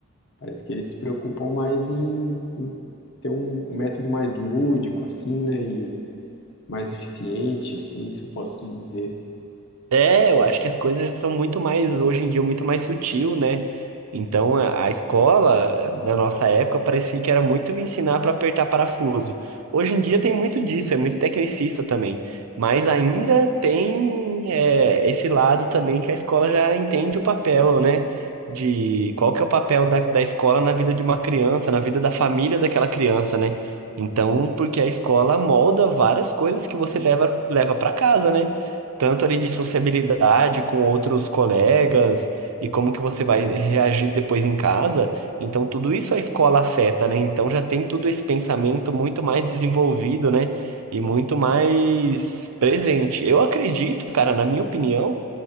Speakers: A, on the left; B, on the right.
A: Parece que eles se preocupam mais em, em ter um, um método mais lúdico, assim, né? E mais eficiente, assim, se eu posso dizer.
B: É, eu acho que as coisas são muito mais, hoje em dia, muito mais sutil, né? Então, a, a escola, na nossa época, parecia que era muito me ensinar para apertar parafuso. Hoje em dia tem muito disso, é muito tecnicista também. Mas ainda tem, é, esse lado também que a escola já entende o papel, né? De qual que é o papel da, da escola na vida de uma criança, na vida da família daquela criança, né? Então, porque a escola molda várias coisas que você leva, leva para casa, né? tanto ali de sociabilidade com outros colegas e como que você vai reagir depois em casa. Então, tudo isso a escola afeta, né? Então, já tem tudo esse pensamento muito mais desenvolvido, né? E muito mais presente. Eu acredito, cara, na minha opinião,